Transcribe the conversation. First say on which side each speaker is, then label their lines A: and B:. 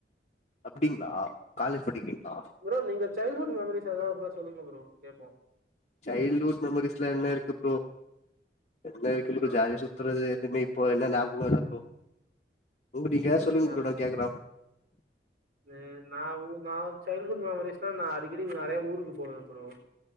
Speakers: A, on the left; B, on the right.
A: அப்டிங்ளா காலேஜ் படிக்கிறீங்ளா
B: ப்ரோ நீங்க சைல்ட்ஹுட் மெமரிஸ் ஏதாவது இருந்தா சொல்லுங்க ப்ரோ கேப்போ
A: சைல்டுஹூட் மெமரீஸ்லா என்ன இருக்கு ப்ரோ என்ன இருக்கு ப்ரோ
B: ஆ
A: ஜாலியா சு த்துறது எதுமே இப்போ என்ன ஞாபகம் இல்ல ப்ரோ உங்டீங்க ஏதா சொல்லுங்க
B: எது
A: ப்ரோ நா கேக்குற
B: நெ நா சைல்டடுஹுட் மெமரிஸ்னா நா அடிக்கடி நெறய ஊருக்கு போவே ப்ரோ